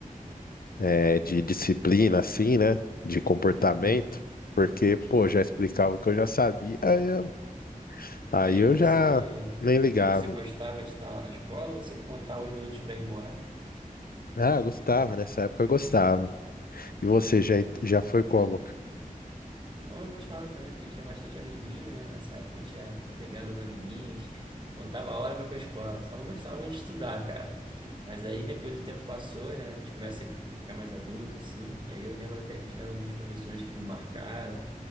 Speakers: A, on the left (about 90°); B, on the right (about 35°).
A: é, de disciplina, assim, né? De comportamento,
B: Uhum,
A: porque,
B: uhum.
A: pô, já explicava o que eu já sabia, aí eu, aí
B: E aí
A: eu
B: você.
A: já nem ligava.
B: Mas você gostava de estar lá na escola ou você contava os minutos para ir embora?
A: Ah, gostava, nessa época eu gostava. E você
B: É,
A: já, já foi como?
B: não, eu gostava também, porque tinha bastante amiguinho, né? Nessa época a gente ia pegar os amiguinhos, contava a hora para ir pra escola. Só não gostava muito de estudar, cara. Mas aí depois o tempo passou, né? A gente começa a ficar mais adulto, assim. E aí eu lembro até que tiveram alguns professores que me marcaram.